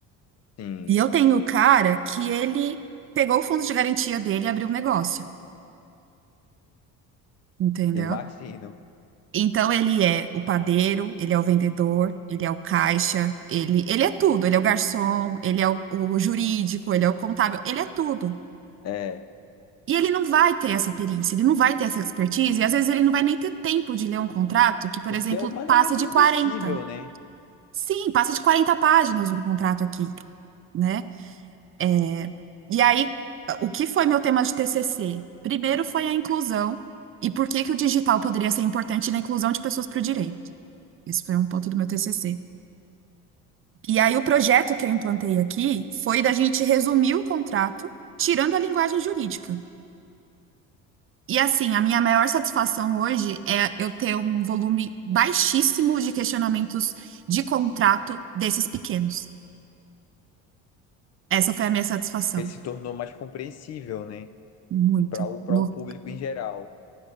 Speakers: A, on the left; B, on the right.
A: Sim,
B: E eu tenho o cara que ele pegou o fundo de garantia dele e abriu um negócio, entendeu?
A: imagino.
B: Então ele é o padeiro, ele é o vendedor, ele é o caixa, ele, ele é tudo, ele é o garçom, ele é o, o jurídico, ele é o contábil, ele é tudo.
A: É,
B: E ele não vai ter essa perícia, ele não vai ter essa expertise, e às vezes ele não vai nem ter tempo de ler um contrato que, por
A: porque
B: exemplo,
A: é humanamente
B: passa de
A: impossível,
B: quarenta
A: né?
B: Sim, passa de 40 páginas um contrato aqui, né? É, E aí, o que foi meu tema de TCC? Primeiro foi a inclusão e por que que o digital poderia ser importante na inclusão de pessoas para o direito. Isso foi um ponto do meu TCC. E aí, o projeto que eu implantei aqui foi da gente resumir o contrato, tirando a linguagem jurídica. E assim, a minha maior satisfação hoje é eu ter um volume baixíssimo de questionamentos de contrato desses pequenos. Essa foi a minha satisfação.
A: Porque se tornou mais compreensível, né?
B: Muito.
A: Para o, para
B: No-
A: o público em geral.